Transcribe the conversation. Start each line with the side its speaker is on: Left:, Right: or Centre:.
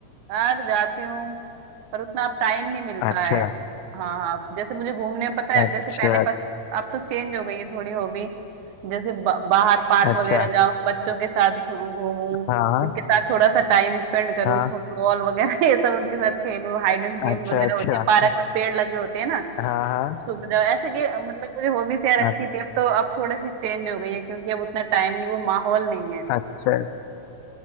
Right: यार जाती हूँ पर उतना अब टाइम नहीं मिलता
Left: अच्छा
Right: है हाँ हाँ जैसे मुझे घूमने में पता है
Left: अच्छा
Right: जैसे पहले पसंद अब तो चेंज हो गई है थोड़ी हॉबी जैसे ब- बाहर पार्क
Left: अच्छा
Right: वगैरह जाऊं बच्चों के साथ घू- घूमूं
Left: हाँ
Right: उनके साथ थोड़ा सा टाइम स्पेंड करूं
Left: हाँ
Right: फुटबॉल वगैरह <laughs> ये सब उनके साथ खेलूं हाइड एंड गेम
Left: अच्छा
Right: वगैरह
Left: अच्छा
Right: होते हैं
Left: अच्छा
Right: पार्क में पेड़ लगे होते हैं ना
Left: हाँ हाँ
Right: छुप जाओ ऐसे कि मतलब मुझे हॉबीज यार
Left: हाँ
Right: अच्छी थी अब तो अब थोड़ी सी चेंज हो गई है क्योंकि अब उतना टाइम नहीं वो माहौल नहीं है
Left: अच्छा